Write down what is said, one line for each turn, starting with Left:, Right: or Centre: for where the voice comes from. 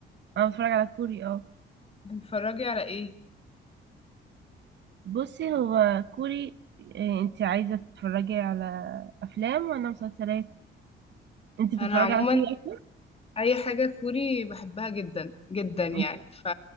Right: انا بتفرج على كوري اه
Left: بتتفرجي على ايه؟
Right: بصي هو كوري آه، انتي عايزة تتفرجي على افلام ولا مسلسلات انتي بتتفرجي
Left: انا عموما
Right: على كوري
Left: اي حاجة كوري بحبها جدا جدا يعني
Right: اكتر
Left: ف